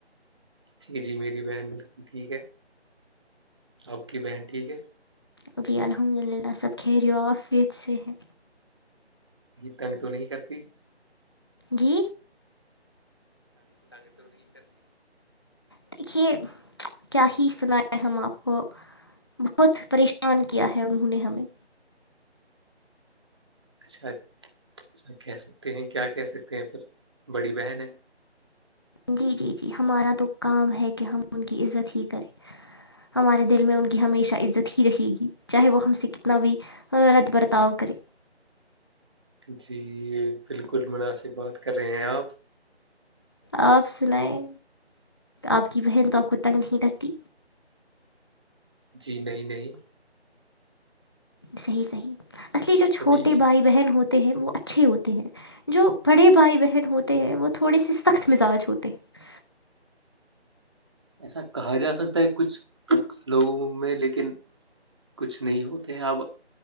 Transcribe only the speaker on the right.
جی جی میری بہن ٹھیک ہے آپ کی بہن ٹھیک ہے
تنگ تو نہیں کرتی
اچھا سر کہہ سکتے ہیں کیا کہہ سکتے ہیں پھر بڑی بہن ہے
جی بالکل مناسب بات کر رہے ہیں آپ
جی نہیں نہیں
ابھی
ایسا کہا جا سکتا ہے کچھ لوگوں میں لیکن کچھ نہیں ہوتے اب